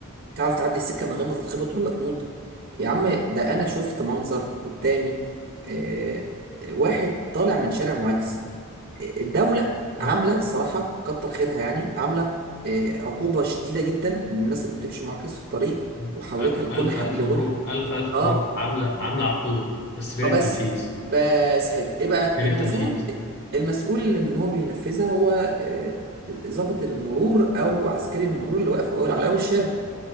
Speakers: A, on the right (about 50°); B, on the left (about 50°).
A: تعرف تعدي السكه من غير ما تتخبط ولا تموت يا عم ده انا شفت منظر قدامي آه، آه، واحد طالع من شارع معاكس آه، الدولة عاملة
B: اهو
A: صراحة كتر خيرها يعني عاملة آه، عقوبة شديدة جدا للناس اللي بتمشي معاكس في الطريق
B: مم.
A: وحولتها
B: أ-
A: لجنح
B: الف الف
A: لجنح
B: مبروك الف الف
A: اه
B: مبروك عامله عامله عقوبه بس فين
A: اه
B: التنفيذ
A: بس بس حلو ايه بقى
B: فين
A: المفروض
B: التنفيذ
A: المسؤول اللي من هو بينفذها هو آه، ضابط المرور او عسكري المرور اللي واقف على اول الشارع